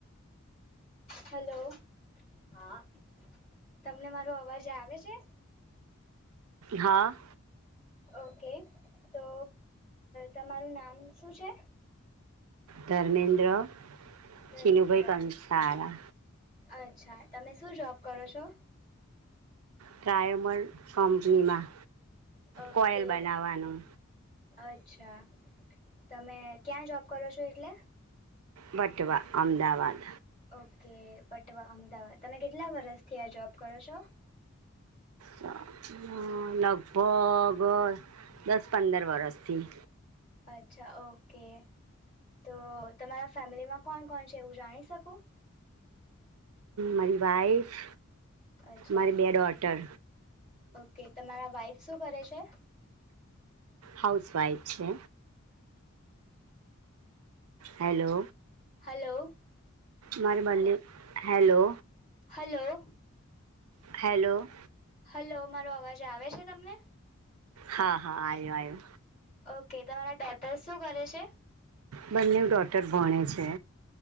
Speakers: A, on the left; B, on the right.
A: હેલો હા તમને મારો અવાજ આવે છે
B: હા
A: ઓકે તો તમારું નામ શું છે
B: ધર્મેન્દ્ર
A: ધર્મેન્દ્ર
B: ચિનુભાઈ કંસારા
A: અચ્છા તમે શું જોબ કરો છો
B: ટ્રાયોમલ કંપનીમાં
A: ઓકે
B: કોયલ બનાવવાનું
A: અચ્છા તમે ક્યાં જોબ કરો છો એટલે
B: વટવા અમદાવાદ
A: ઓકે પટવા અમદાવાદ તમે કેટલા વરષથી આ જોબ કરો છો
B: હ લગભગ દસ પંદર વરસથી
A: અચ્છા ઓકે તો તમારા ફેમિલીમાં કોણ કોણ છે એવું જાણી શકું
B: મારી વાઇફ
A: અચ્છા
B: મારી બે ડોટર
A: ઓકે તમારા વાઈફ શું કરે છે
B: હાઉસ વાઈફ છે હેલો
A: હલો
B: મારે બ હેલો
A: હલો
B: હેલો.
A: હલો મારો અવાજ આવે છે તમને
B: હા હા આયો આયો
A: ઓકે તમારા ડોટર્સ શું કરે છે?
B: બંને ડોટર ભણે છે.